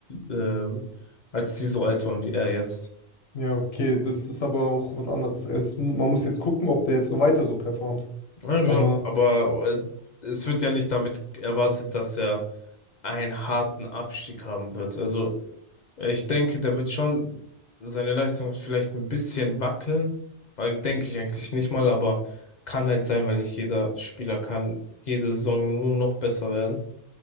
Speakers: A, on the left; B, on the left.
A: ähm, als die so alt waren wie er jetzt.
B: Ja, okay, das ist aber auch was anderes. Es, man muss jetzt gucken, ob der jetzt so weiter so performt.
A: Ja, genau.
B: Aber
A: Aber äh, es wird ja nicht damit erwartet, dass er einen harten Abstieg haben wird. Also äh, ich denke, der wird schon, seine Leistung wird vielleicht ein bisschen wackeln. Äh, Denke ich eigentlich nicht mal, aber kann halt sein, weil nicht jeder Spieler kann jede Saison nur noch besser werden.